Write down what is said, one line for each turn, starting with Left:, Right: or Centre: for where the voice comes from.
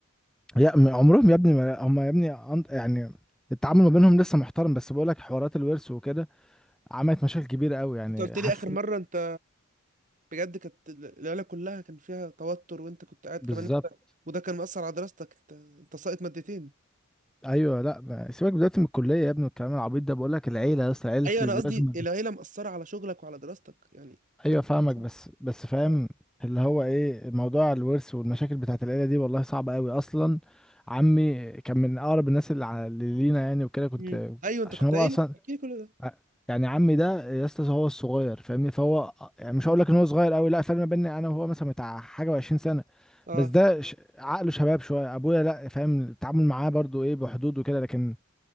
Centre: يا م- عمرهم يا ابني ما هم يا ابني عند- يعني التعامل ما بينهم لسه محترم بس بقول لك حوارات الورث وكده عملت مشاكل كبيره قوي يعني
Right: انت قلت
Centre: حاسس
Right: لي اخر مره انت بجد كانت ال- العيله كلها كان فيها توتر وانت كنت قاعد كمان
Centre: بالظبط
Right: انت وده كان مأثر على دراستك انت انت ساقط مادتين
Centre: ايوه لا ما- سيبك دلوقتي من الكليه يا ابني والكلام العبيط ده بقول لك العيله يا اسطى عيله
Right: ايوه
Centre: دلوقتي
Right: انا قصدي
Centre: <laughs>
Right: العيله مأثره على شغلك وعلى دراستك يعني فانت
Centre: ايوه فاهمك
Right: <laughs>
Centre: بس بس فاهم
Right: آه.
Centre: اللي هو ايه موضوع الورث والمشاكل بتاعت العيله دي والله صعبه قوي اصلا عمي كان من اقرب الناس اللي ع- اللي لينا يعني وكده كنت
Right: مم. ايوه انت
Centre: عشان
Right: كنت
Centre: هو
Right: قايل
Centre: اصلا
Right: احكي لي كل ده
Centre: ع- يعني عمي ده يا اسطى هو الصغير فاهمني فهو يعني مش هقول لك ان هو صغير قوي لا فرق ما بيني انا وهو مثلا بتاع حاجه و20 سنه
Right: اه
Centre: بس ده ش- عقله شباب شويه ابويا لا فاهم التعامل معاه برضو ايه بحدود وكده لكن